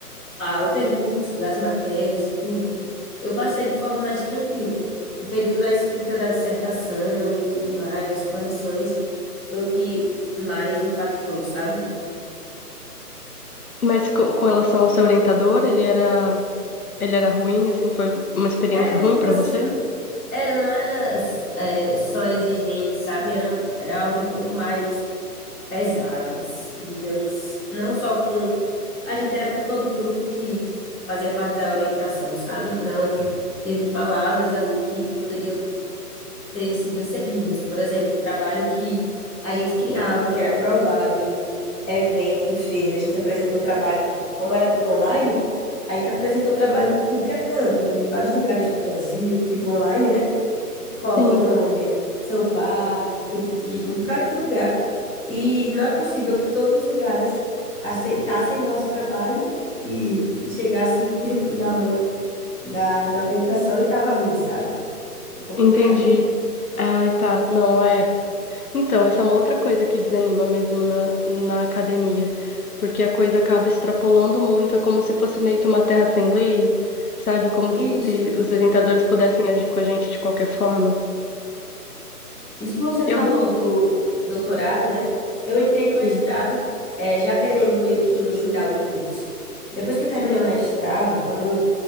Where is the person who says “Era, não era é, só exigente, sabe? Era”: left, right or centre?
Centre